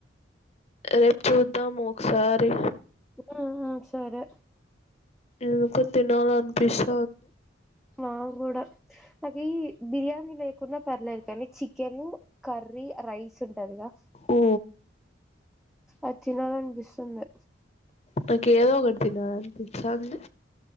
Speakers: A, on the left; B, in the centre.
A: రేపు చూద్దాము ఒకసారి
B: మ్ హు సరే
A: ఎందుకో తినాలి అనిపిస్త
B: మాకూడా నాకి బిర్యానీ లేకుంన్న పర్లేదు కానీ చికెను కర్రీ రైస్ ఉంటదిగా
A: ఓ
B: అది తినాలనిపిస్తుంది
A: నాకు ఏదో ఒకటి తినాలిపిస్తంది